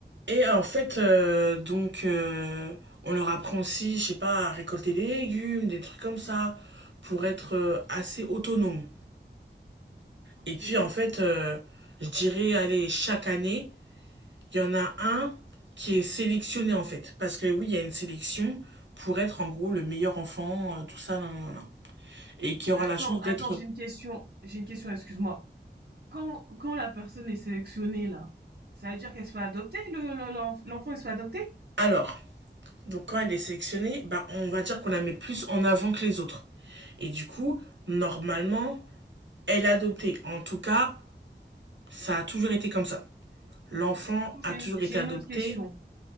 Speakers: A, on the right; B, on the right.
A: Et euh, en fait, euh, donc, euh, on leur apprend aussi, je sais pas, à récolter des légumes, des trucs comme ça, pour être euh, assez autonome.
B: Ok.
A: Et puis, en fait, euh, je dirais, allez, chaque année, Il y en a un qui est sélectionné en fait, parce que oui, il y a une sélection pour être en gros le meilleur enfant, euh, tout ça, non, non, non. Et qui aura
B: Mais attends,
A: la chance
B: attends,
A: d'être...
B: j'ai une question. J'ai une question, excuse-moi. Quand, quand la personne est sélectionnée, là, ça veut dire qu'elle se fait adopter, le, le- l'enf- l'enfant, il se fait adopter?
A: Alors, donc quand elle est sélectionnée, bah, on va dire qu'on la met plus en avant que les autres. Et du coup, normalement, elle est adoptée. En tout cas, ça a toujours été comme ça. L'enfant
B: Mais du coup,
A: a
B: j'ai
A: toujours
B: une, j'ai
A: été adopté
B: une autre question.